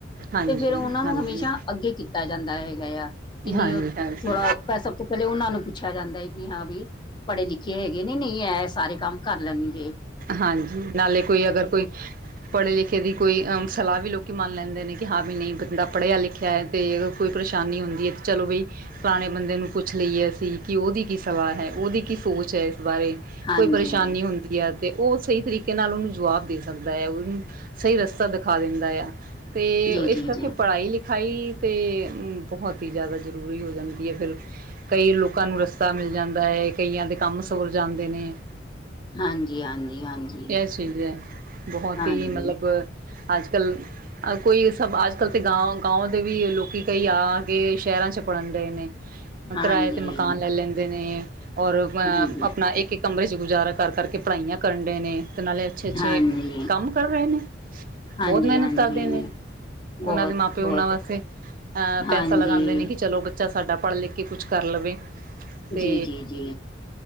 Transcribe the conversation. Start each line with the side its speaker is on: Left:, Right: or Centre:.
Right: ਹਾਂਜੀ
Left: ਤੇ ਫੇਰ ਉਹਨਾਂ ਨੂੰ
Right: ਹਾਂਜੀ
Left: ਹਮੇਸ਼ਾ ਅੱਗੇ ਕੀਤਾ ਜਾਂਦਾ ਹੈਗਾ ਆ। ਕਿ ਨਹੀਂ
Right: ਹਾਂਜੀ ਹਾਂਜੀ
Left: ਥੋੜਾ ਪੈ ਸਭ ਤੋਂ ਉਹਨਾਂ ਨੂੰ ਪੁੱਛਿਆ ਜਾਂਦਾ ਹੈ ਕਿ ਹਾਂ ਵੀ, ਪੜ੍ਹੇ -ਲਿਖੇ ਹੈਗੇ ਨੇ ਨਹੀਂ ਇਹ ਸਾਰੇ ਕੰਮ ਕਰ ਲੈਣਗੇੇ।
Right: ਹਾਂਜੀ। ਨਾਲੇ ਕੋਈ ਅਗਰ ਕੋਈ ਪੜ੍ਹੇ- ਲਿਖੇ ਦੀ ਕੋਈ ਸਲਾਹ ਵੀ ਲੋਕ ਮੰਨ ਲੈਂਦੇ ਨੇ ਕਿ ਹਾਂ ਵੀ ਨਹੀਂ ਬੰਦਾ ਪੜ੍ਹਿਆ ਲਿਖਿਆ ਹੈ। ਅਤੇ ਕੋਈ ਪਰੇਸ਼ਾਨੀ ਹੁੰਦੀ ਹੈ ਅਤੇ ਚਲੋ ਬਈ ਪੁਰਾਣੇ ਬੰਦੇ ਨੂੰ ਪੁੱਛ ਲਈਏ ਅਸੀਂ ਕਿ ਉਹਦੀ ਕੀ ਸਲਾਹ ਹੈ, ਉਹਦੀ ਕੀ ਸੋਚ ਹੈ ਇਸ ਬਾਰੇ।
Left: ਹਾਂਜੀ
Right: ਕੋਈ ਪਰੇਸ਼ਾਨੀ ਹੁੰਦੀ ਹੈ। ਤੇ ਉਹ ਸਹੀ ਤਰੀਕੇ ਨਾਲ ਉਹਨੂੰ ਜਵਾਬ ਦੇ ਸਕਦਾ ਹੈ ਉਹਨੂੰ ਸਹੀ ਰਸਤਾ ਦਿਖਾ ਦਿੰਦਾ ਆ। ਅਤੇ
Left: ਜੀ ਜੀ
Right: ਇਸ ਕਰਕੇ
Left: ਜੀ
Right: ਪੜ੍ਹਾਈ ਲਿਖਾਈ ਤਾਂ ਬਹੁਤ ਹੀ ਜ਼ਿਆਦਾ ਜ਼ਰੂਰੀ ਹੋ ਜਾਂਦੀ। ਫਿਰ ਕਈ ਲੋਕਾਂ ਨੂੰ ਰਸਤਾ ਮਿਲ ਜਾਂਦਾ ਹੈ ਕਈਆਂ ਦੇ ਕੰਮ ਸਵੁਰ ਜਾਂਦੇ ਨੇ।
Left: ਹਾਂਜੀ। ਹਾਂਜੀ ਹਾਂਜੀ
Right: ਇਹ ਚੀਜ਼ ਹੈ। ਬਹੁਤ
Left: ਹਾਂਜੀ
Right: ਹੀ ਮਤਲਬ ਅੱਜ ਕੱਲ੍ਹ ਕੋਈ ਸਭ ਅੱਜ ਕੱਲ੍ਹ ਤੇ ਗਾ ਗਾਵ ਦੇ ਵੀ ਲੋਕੀ ਕਈ ਆ ਕੇ ਸ਼ਹਿਰਾਂ ਚ' ਪੜਨ ਲਏ ਨੇ।
Left: ਹਾਂਜੀ
Right: ਕਿਰਾਏ ਤੇ ਮਕਾਨ ਲੈ ਲੈਂਦੇ ਨੇ, ਔਰ ਅਹ
Left: ਜੀ ਜੀ
Right: ਆਪਣਾ ਇੱਕ- ਇੱਕ ਕਮਰੇ ਚ' ਗੁਜ਼ਾਰਾ ਕਰ ਕਰਕੇ ਪੜ੍ਹਾਈਆਂ ਕਰਨ ਡਏ ਨੇ। ਨਾਲੇ ਅੱਛੇ- ਅੱਛੇ
Left: ਹਾਂਜੀ
Right: ਕੰਮ ਕਰ ਰਹੇ ਨੇ।
Left: ਹਾਂਜੀ
Right: ਬਹੁਤ ਮਿਹਨਤ
Left: ਹਾਂਜੀ
Right: ਕਰਦੇ ਨੇ। ਉਹਨਾਂ
Left: ਬਹੁਤ
Right: ਦੇ ਮਾਂ- ਪਿਓ
Left: ਬਹੁਤ
Right: ਉਹਨਾਂ ਵਾਸਤੇ, ਅਹ ਪੈਸਾ
Left: ਹਾਂਜੀ
Right: ਲਗਾਉਂਦੇ ਨੇ ਕਿ ਚਲੋ ਬੱਚਾ ਸਾਡਾ ਪੜ੍ਹ- ਲਿਖ ਕੇ ਕੁਛ ਕਰ ਲਵੇ। ਅਤੇ
Left: ਜੀ ਜੀ ਜੀ